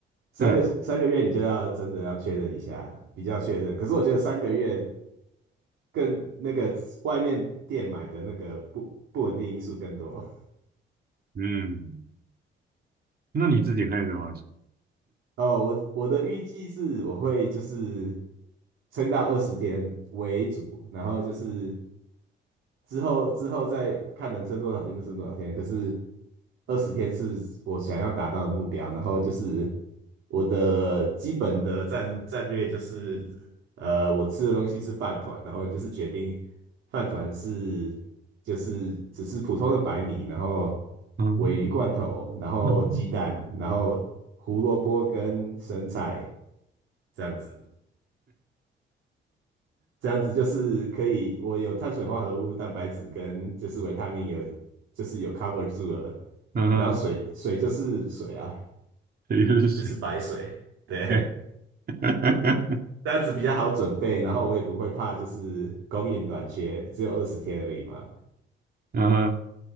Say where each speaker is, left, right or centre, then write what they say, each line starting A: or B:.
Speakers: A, on the right (about 80°); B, on the right (about 50°).
A: 三个三个月你就要真的要确认一下，
B: 对啊，
A: 比较确认。可是我觉得三个月更那个外面店买的那个不不稳定因素更多。
B: 嗯，那你自己会怎么？
A: 哦，我我的预计是我会就是撑到二十天为主，然后就是之后之后再看能撑多少天就撑多少天。可是二十天是我想要达到的目标，然后就是我的基本的战战略就是呃，我吃的东西是饭团，然后就是决定饭团是就是只是普通的白米，然后
B: 嗯
A: 鲔鱼罐头，然后鸡蛋，
B: 嗯
A: 然后胡萝卜跟生菜这样子，这样子就是可以，我有碳水化合物、蛋白质跟就是维他命有就是有 cover 住了，
B: 嗯，
A: 然后水水就是水啊，
B: 这就是水。
A: 就是白水，对。
B: 对，<laughs>
A: 这样子比较好准备，然后我也不会怕，就是供应短缺，只有二十天而已嘛。
B: 嗯哼，